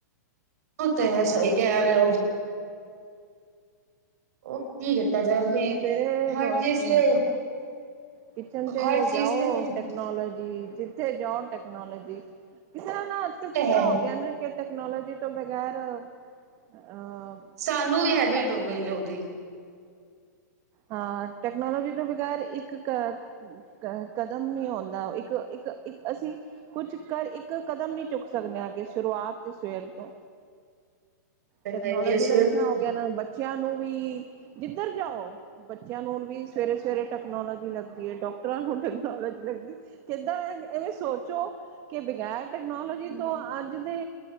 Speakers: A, on the right; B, on the right.
A: ਓਹ ਤੇ ਹੈ, ਸਹੀ ਕਹਿ ਰਹੇ ਹੋ। ਉਹ ਕੀ ਕੀਤਾ ਜਾਏ ਬਈ
B: ਸਵੇਰੇ
A: ਹਰ
B: ਮੋਕੋ
A: ਚੀਜ਼ ਤੇ
B: ਕਿਚਨ ਤੇ
A: ਹਰ
B: ਜਾਓ
A: ਚੀਜ਼ ਤੇ ਤੇ
B: ਟੈਕਨੋਲੋਜੀ ਜਦ ਥੇ ਜਾਓ ਟੈਕਨੋਲੋਜੀ, ਇਸ ਤਰ੍ਹਾਂ ਨਾ ਅੱਜ ਕੱਲ੍ਹ ਨਾਲ ਕਿਸ
A: ਹੈ
B: ਤਰ੍ਹਾਂ
A: ਹੀ।
B: ਹੋ ਗਿਆ ਤੇ ਟੈਕਨੋਲੋਜੀ ਤੋਂ ਬਗ਼ੈਰ ਅ ਆ
A: ਸਾਨੂੰ ਵੀ ਹੈਬਿਟ ਹੋ ਗਈ ਹੈ ਉਹਦੀ।
B: ਹਾਂ ਟੈਕਨੋਲੋਜੀ ਤੋਂ ਬਗੈਰ ਇੱਕ ਕ ਕ ਕਦਮ ਨੀ ਆਉਂਦਾ, ਇੱਕ -ਇੱਕ- ਇੱਕ ਅਸੀਂ ਕੁਛ ਕਰ ਇੱਕ ਕਦਮ ਨੀ ਚੁੱਕ ਸਕਦੇ ਹੈਗੇ ਸ਼ੁਰੂਆਤ ਤੇ ਸਵੇਰ ਤੋਂ
A: ਸਹੀ
B: ਟੈਕਨੋਲੋਜੀ
A: ਸਵੇਰੇ
B: ਦਾ ਇਸ
A: ਕੁਛ
B: ਤਰ੍ਹਾਂ ਹੋ ਗਿਆ ਨਾ ਬੱਚਿਆਂ ਨੂੰ ਵੀ ਜਿੱਧਰ ਜਾਓ। ਬੱਚਿਆਂ ਨੂੰ ਵੀ ਸਵੇਰੇ -ਸਵੇਰੇ ਟੈਕਨੋਲੋਜੀ ਲੱਗਦੀ ਏ, ਡਾਕਟਰਾਂ ਨੂੰ ਟੈਕਨੋਲੋਜੀ ਲੱਗਦੀ ਏ। ਕਿੱਦਾਂ ਐ ਇਹ ਸੋਚੋ ਕਿ ਬਗ਼ੈਰ ਟੈਕਨੋਲੋਜੀ ਤੋਂ ਅੱਜ ਦੇ